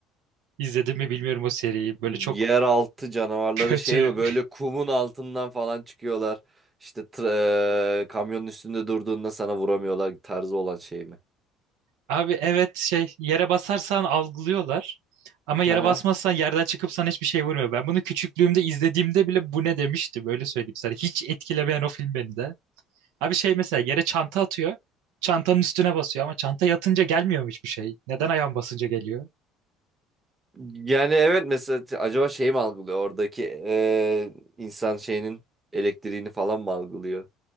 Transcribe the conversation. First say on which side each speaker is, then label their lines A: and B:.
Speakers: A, on the right; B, on the right.
A: İzledin mi bilmiyorum o seriyi. Böyle
B: Yeraltı
A: çok
B: canavarları
A: kötü.
B: şey mi böyle
A: <laughs>
B: kumun altından falan çıkıyorlar. İşte tra- eee, kamyonun üstünde durduğunda sana vuramıyorlar tarzı olan şey mi?
A: Abi evet şey yere basarsan algılıyorlar. Ama
B: <laughs>
A: yere
B: Aha.
A: basmazsan yerden çıkıp sana hiçbir şey vurmuyor. Ben bunu küçüklüğümde izlediğimde bile bu ne demiştim öyle söyleyeyim sana. Hiç etkilemeyen o film beni de. Abi şey mesela yere çanta atıyor. Çantanın üstüne basıyor ama çanta yatınca gelmiyor hiçbir şey? Neden ayağın basınca geliyor?
B: Yani evet mesela t- acaba şey mi algılıyor oradaki eee, insan şeyinin elektriğini falan mı algılıyor?